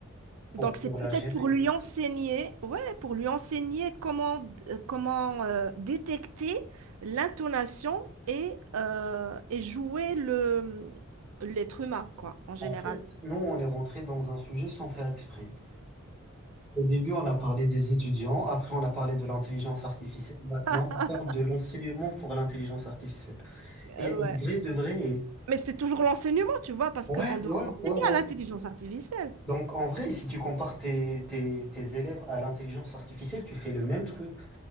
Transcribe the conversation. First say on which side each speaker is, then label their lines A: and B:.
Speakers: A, in the centre; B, on the right.
A: Pour,
B: donc
A: pour
B: c'est peut-être
A: la gérer.
B: pour lui enseigner, ouais, pour lui enseigner comment, euh, comment euh, détecter l'intonation et, euh, et jouer le, l'être humain, quoi, en général.
A: En fait, nous, on est rentré dans un sujet sans faire exprès. Au début, on a parlé des étudiants, après on a parlé de l'intelligence artificielle, maintenant
B: <laughs>
A: on parle de l'enseignement pour l'intelligence artificielle.
B: Euh,
A: Et en
B: ouais.
A: vrai, de vrai,
B: Mais c'est toujours l'enseignement, tu vois, parce
A: ouais,
B: qu'on doit
A: ouais,
B: enseigner
A: ouais, ouais.
B: à l'intelligence artificielle.
A: Donc en vrai, si tu compares tes, tes, tes élèves à l'intelligence artificielle, tu fais le même truc.